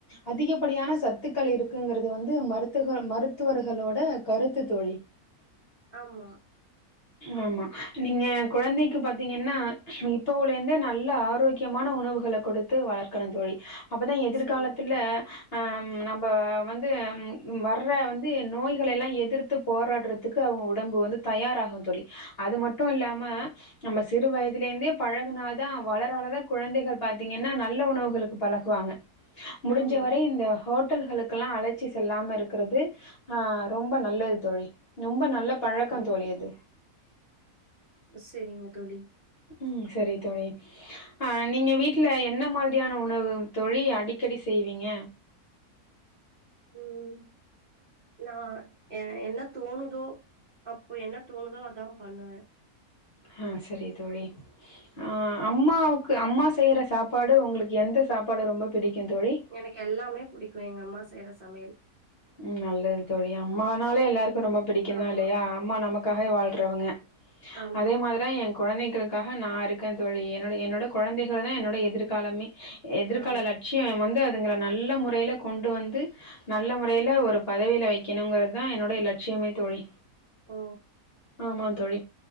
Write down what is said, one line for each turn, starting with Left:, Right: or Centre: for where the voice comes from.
Left: அதிகப்படியான சத்துக்கள் இருக்குங்கறது வந்து மருத்து மருத்துவர்களோட கருத்து தோழி
Right: ஆமா
Left: ஆமா நீங்க குழந்தைக்கு பாத்தீங்கன்னா இப்பவ்ல இருந்தே நல்ல ஆரோக்கியமான உணவுகள குடுத்து வளர்க்கணு தோழி அப்பதான் எதிர்காலத்துல
Right: சரிங்க தோழி.
Left: ஆ நம்ம வந்து வர்ற வந்து நோய்களல்லா எதிர்த்து போராடுறதுக்கு அவங்க உடம்பு வந்து தயாராகு தோழி அது மட்டு இல்லாம நம்ம சிறு வயதுல இருந்தே பழகுனாதா வளர வளர குழந்தைகள் பாத்தீங்கன்னா நல்ல உணவுகளுக்கு பழகு வாங்க முடிஞ்ச
Right: ஆமா.
Left: வரை இந்த ஹோட்டல்களுக்கெல்லாஅழச்சி செல்லாம இருக்கிறது ஆ ரொம்ப நல்லது தோழி ரொம்ப நல்ல
Right: ஓகே.
Left: பழக்க தோழியது
Right: சரிங்க தோழி
Left: ம் சரி தோழி அ நீங்க வீட்ல என்ன மாதிரியான உணவு தோழி அடிக்கடி செய்வீங்க
Right: ம் நான் என்ன தோணுதோ அப்போ என்ன தோணுதோ அதா பண்ணுவ
Left: ஆ சரி தோழி ஆ அம்மாவுக்கு அம்மா செய்யற சாப்பாடு உங்களுக்கு எந்த சாப்பாடு ரொம்ப பிடிக்கும் தோழி
Right: எனக்கு எல்லாமே புடிக்கு எங்க அம்மா செய்யற சமையல்
Left: ம் நல்லது தோழி அம்மனாலே எல்லாருக்கு ரொம்ப பிடிக்கு
Right: ஆமா,
Left: தான இல்லையா அம்மா நமக்காகவே வாழ்றவங்க
Right: ஆமா,
Left: அதே மாரிதா என் குழந்தைகளுக்காக நா இருக்க தோழி என்னோட என்னோட குழந்தைகள் தா என்னோட எதிர்காலமே எதிர்கால
Right: ஆமா.
Left: லட்சிய வந்து அதுங்கள நல்ல முறையில கொண்டு வந்து நல்ல முறை யில ஒரு பதவில வைக்கணுங்கிறதுதா என்னுடைய லட்சியமே தோழி
Right: ஓ
Left: ஆமா தோழி